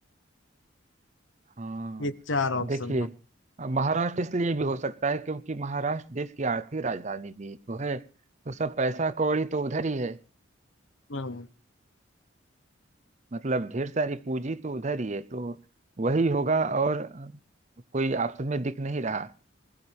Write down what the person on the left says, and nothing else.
ये चार ऑप्शन
है
हम्म।